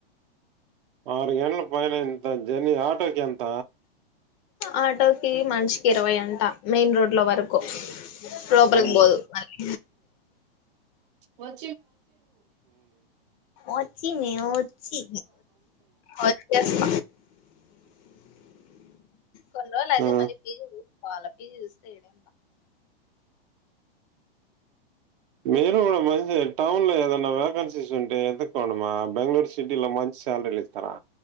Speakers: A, on the right; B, on the left.
A: ఆరు గంటల పైనే ఇంత జర్నీ ఆటోకి ఎంత
B: ఆటోకి మంచికి ఇరవై అంట మెయిన్ రోడ్ లో వరకు లోపలకు
A: హ్మ్
B: బోధు మళ్ళీ
A: మ్
B: వచ్చింది వచ్చి వ చేస్త కొన్ని రోజులు అయితే
A: ఆ
B: మళ్ళీ పీజీ పోవాలా పీజీ చూస్త ఇడా
A: మీరు కూడా మంచి టౌన్ లో ఏదైనా వేకెన్సీస్ ఉంటే ఎత కొండి మా బెంగళూరు సిటీలో మంచి సాలరీస్ ఇస్తారా